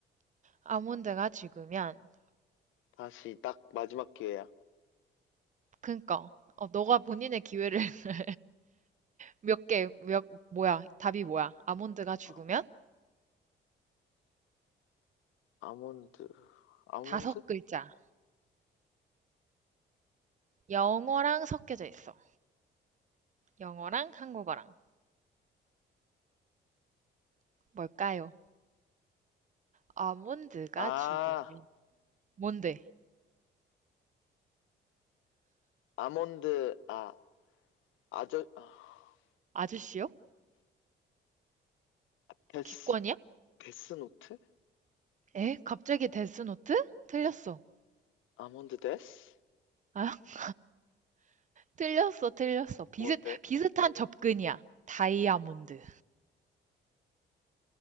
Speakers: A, on the right; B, on the left.
A: 아몬드가 죽으면,
B: 다시, 딱 마지막 기회야.
A: 그니까, 어, 너가 본인의 기회를 <laughs> 몇 개, 몇, 뭐야, 답이 뭐야? 아몬드가 죽으면?
B: 아몬, 아몬드, 아몬드?
A: 다섯 글자. 영어랑 섞여져 있어. 영어랑 한국어랑. 뭘까요? 아몬드가
B: 아,
A: 죽으면. 뭔데?
B: 아몬드, 아, 아저, 아,
A: 아저씨요?
B: 데스,
A: 기권이야?
B: 데스노트?
A: 에? 갑자기 데스노트? 틀렸어.
B: 아몬드 데스?
A: 아, <laughs> 틀렸어, 틀렸어. 비슷,
B: 뭔데?
A: 비슷한 접근이야. 다이아몬드.